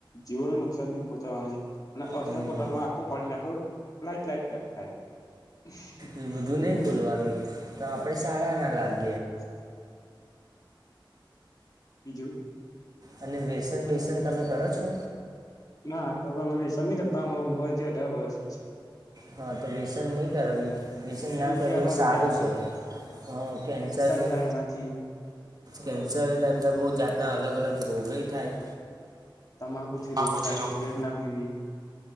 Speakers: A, on the left; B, on the right.
A: જીવોને નુકસાન નહી પહોંચાવાનું અને અડધા
B: હમ.
A: કોટરમાં આખું પાણી નાખું લાઈટ લાઈટ થાય
B: એ બધું નહીં બોલવાનું
A: <unintelligible>
B: તો આપડે સારા ના લાગ
A: <unintelligible> બીજું
B: અને વસન બેસન તમે કરો છો
A: ના અમે વિસન ન કરતા અ હ મર છે
B: હા તો વ્યસન નહીં કરવી વ્યસન ના કરવી
A: થી આપણને
B: એ સારું
A: કેન્સર
B: છે હ કેન્સર નહી
A: થાય એનાથી
B: કેન્સર ત બધા બહુ જાતના અલગ અલગ દબય થાય
A: તમાકુ થી
B: હા
A: રોગ થાય સિગરેટ ના પીવી